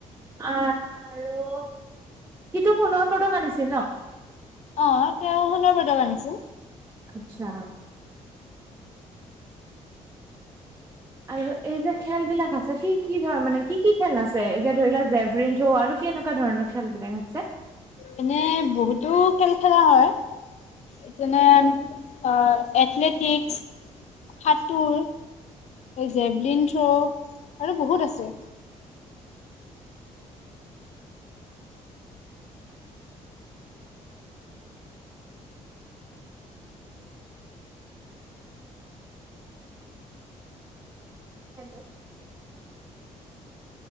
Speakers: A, on the right; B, on the left.
A: আহ আৰু। সিটো সোণৰ পদক আনিছিল নহ।
B: অ। সোণৰ পদক আনিছে।
A: আচ্ছা। আৰু এই যে খেল বিলাক আছে কি কি ধৰ মানে কি কি খেল আছে। এতিয়া ধৰি লোৱা জেভলিন থ্ৰ আৰু কি কেনেকুৱা ধৰণৰ খেলবিলাক আছে।
B: এনে বহুতো খেল খেলা হয় যেনে অ এথলেটিক্স। সাঁতৰ। Javelin throw. আৰু বহুত আছে।
A: হেল্ল'।